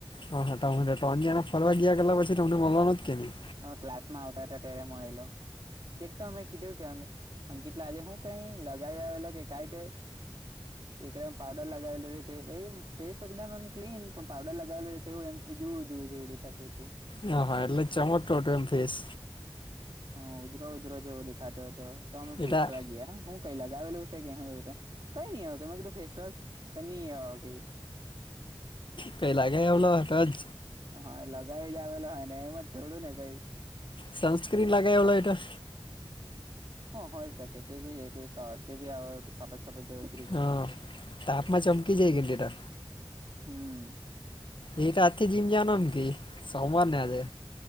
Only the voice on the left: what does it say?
હા હા તો ત્રણ જણા ફરવા ગયા કરલા પછી તમને મળવાનો જ કે ની.
હ હા એટલે ચમક ટટ એમ ફીસ.
એટા
કઈ લાગે એમલો હતો જ.
સનસ્ક્રીન લાગે એ ઓલો ઓહે.
હા તાપમાં ચમકી જાય કે ની તો.
એ રા આથી જીમ જવાનો આમ કેય સોમવાર ને આજે.